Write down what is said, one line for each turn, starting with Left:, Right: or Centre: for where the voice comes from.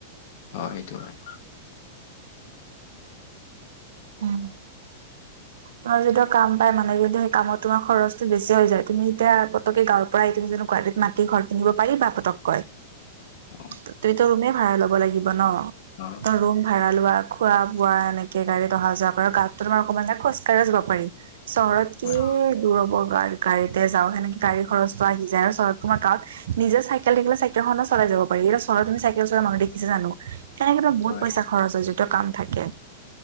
Left: অঁ, সেইটো হয়।
Right: উম। তোমাৰ যেতিয়া কাম পাই মানুহে কিন্তু সেই কামত তোমাৰ খৰচটো বেছি হৈ যায়। তুমি এতিয়া পতককে গাঁৱত পৰাই তুমি যেনেকুৱা য'ত মাটি, ঘৰ কিনিব পাৰিবা পতককৈ?
Left: অ
Right: তুমিটো ৰুমেই ভাড়া ল'ব লাগিব ন'?
Left: অঁ।
Right: ত ৰুম ভাড়া লোৱা, খোৱা -বোৱা এনেকে গাড়ীত অহা যোৱা কৰা। গাঁৱতটো তোমাৰ অকমান এটা খৰচ চেৰে চলিব পাৰি। চহৰত কি
Left: হয়
Right: দূৰব গাৰ্ গাড়ীতে যাওঁ। হেনেকে গাড়ীৰ খৰচটো আহি যায় আৰু চহৰত। তোমাৰ গাঁৱত নিজে চাইকেল থাকিলে চাইকেলখনো চলাই যাব পাৰি। এতিয়া চহৰত তুমি চাইকেল চলোৱা মানুহ দেখিছা জানোঁ? তেনেকেটো বহুত
Left: হয়
Right: পইচা খৰচ হৈছে যিটো কাম থাকে।